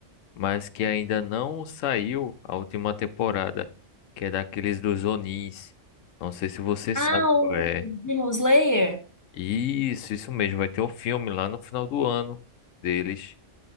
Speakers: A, on the left; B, on the left.
A: mas que ainda não saiu a última temporada, que é daqueles dos Onins. Não sei se você
B: Ah,
A: sabe
B: o
A: qual é.
B: Demon Slayer?
A: Isso, isso mesmo, vai ter um filme lá no final do ano deles,